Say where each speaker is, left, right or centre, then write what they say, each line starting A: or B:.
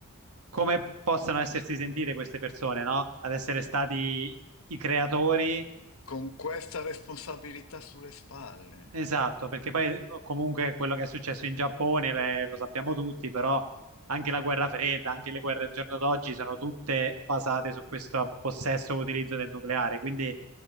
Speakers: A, on the right; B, on the left.
A: come possano essersi sentite queste persone, no? Ad essere stati i creatori
B: Con questa responsabilità sulle spalle.
A: Esatto, perché poi eh, comunque quello che è successo in Giappone eh, lo sappiamo tutti, però anche la guerra fredda, anche le guerre al giorno d'oggi sono tutte basate su questo possesso o utilizzo del nucleare, quindi